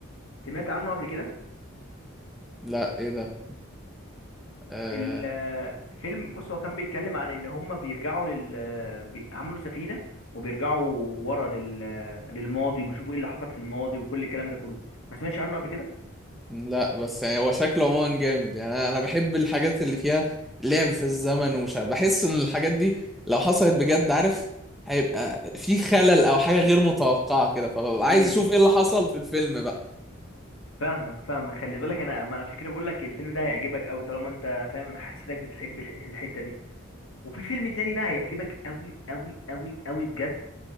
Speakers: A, on the left; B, in the centre.
A: سمعت عنه قبل كده
B: لا ايه ده آه
A: الفيلم بص هو كان بيتكلم عن ان هم بيرجعوا لل آه، بي- عملوا سفينة وبيرجعوا ورا لل... آه، للماضي وبيشوفوا ايه اللي حصل في الماضي وكل الكلام ده كله ما سمعتش عنه قبل كده
B: لا بس يعني هو شكله عموما جامد يعني انا أنا بحب الحاجات اللي فيها لعب في الزمن ومش عارف بحس ان الحاجات دي لو حصلت بجد عارف هيبقى في خلل او حاجة غير متوقعة كده فببقى
A: امم
B: عايز اشوف ايه اللي حصل في الفيلم بقى
A: فاهمك فاهمك خلي بالك انا ما انا عشان كده بقول لك الفيلم ده هيعجبك قوي طالما انت فاهم انا حسيتك بتحب الح- الحتة دي وفي فيلم تاني بقى هيعجبك قوي قوي قوي قوي بجد